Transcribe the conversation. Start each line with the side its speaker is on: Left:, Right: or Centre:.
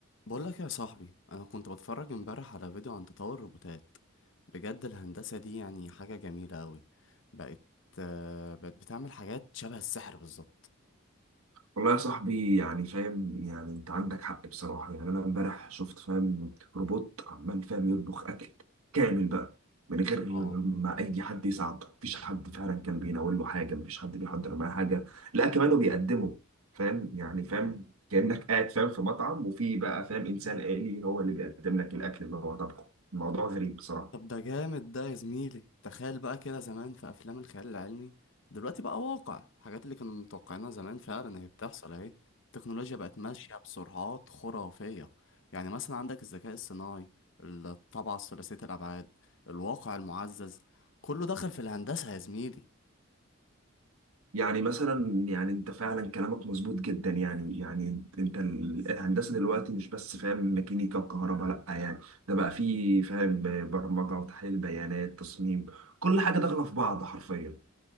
Left: بقول لك يا صاحبي انا كنت بتفرج امبارح على فيديو عن تطور الروبوتات بجد الهندسة دي يعني حاجة جميلة قوي بقت آه، بقت بتعمل حاجات شبه السحر بالظبط
Right: والله يا صاحبي يعني فاهم يعني انت عندك حق بصراحة يعني انا امبارح شفت فاهم روبوت عمال فاهم يطبخ اكل كامل بقى من غير
Left: اه
Right: ما اي حد يساعده مفيش حد فعلا كان بيناول له حاجة مفيش حد بيحضر معاه حاجة لا كمان وبيقدمه فاهم يعني فاهم كأنك قاعد فاهم في مطعم وفي بقى فاهم انسان آلي هو اللي بيقدم لك الاكل اللي هو طبخه الموضوع غريب بصراحة
Left: طب ده جامد ده يا زميلي تخيل بقى كده زمان في افلام الخيال العلمي دلوقتي بقى واقع الحاجات اللي كانوا متوقعينها زمان فعلا هي بتحصل اهي التكنولوجيا بقت ماشية بسرعات خرافية يعني مثلا عندك الذكاء الصناعي الطابعة الثلاثية الابعاد الواقع المعزز كله دخل في الهندسة يا زميلي
Right: يعني مثلا يعني انت فعلا كلامك مظبوط جدا يعني يعني انت انت ال- الهندسه دلوقتي مش بس فاهم ميكانيكا وكهرباء لا يعني ده بقى فيه فاهم برمجه وتحليل بيانات تصميم كل حاجه داخله في بعض حرفيا